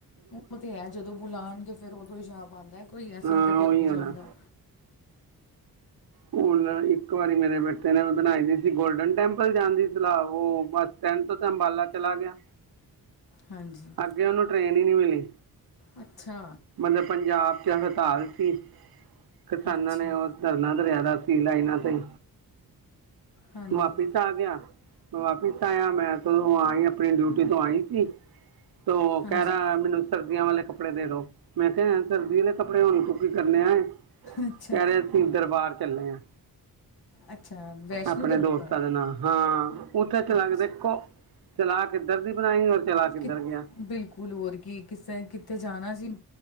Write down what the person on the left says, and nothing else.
ਉਹ ਤੇ ਹੈ ਜਦੋਂ ਬੁਲਾਉਣਗੇ ਫੇਰ ਉਦੋਂ ਹੀ ਜਾ ਪਾੰਦਾ ਕੋਈ ਇਸ ਤਰ੍ਹਾਂ
ਤੇ
ਕੋਈ ਨਹੀਂ ਜਾਦਾ
ਹਾਂਜੀ
ਅੱਛਾ
ਅੱਛਾ
ਹਾਂਜੀ
ਹਾਂਜੀ
ਅੱਛਾ
ਅੱਛਾ ਵੈਸ਼ਨੋ
ਦਰਬਾਰ
ਅੱਛਾ
ਕਿ
ਬਿਲਕੁਲ ਹੋਰ ਕੀ ਕਿਸੇ ਕਿਥੇ ਜਾਣਾ ਸੀ